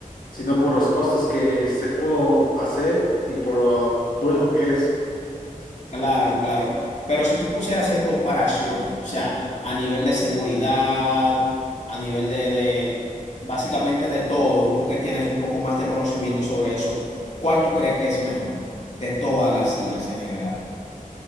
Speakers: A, on the left; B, on the left.
A: sino por los costos que se pudo hacer y por lo bueno que es.
B: Claro, claro. Pero si tú pusieras en comparación, o sea, a nivel de seguridad, a nivel de, de básicamente de todo, tú que tienes un poco más de conocimiento sobre eso, ¿cuál tú crees que es mejor de todas las sillas en general?